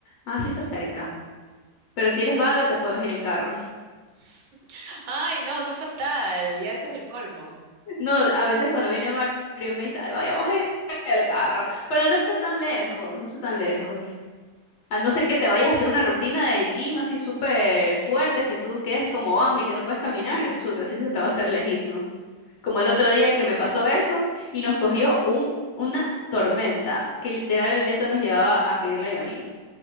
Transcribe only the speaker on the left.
Ah, sí está cerca. Pero si eres vaga, te puedes ir en carro. <laughs>
No, a veces cuando viene Mario me dice, ay, vaya, vos en el carro. Pero no está tan lejos, no está tan lejos. A no ser que te vayas a hacer una rutina de gym así súper fuerte, que tú quedes como Bambi, que no puedes caminar. Chuta, así se te va a hacer lejísimo. Como el otro día que me pasó eso y nos cogió un, una tormenta, que literal el viento nos llevaba a Pirela y a mí.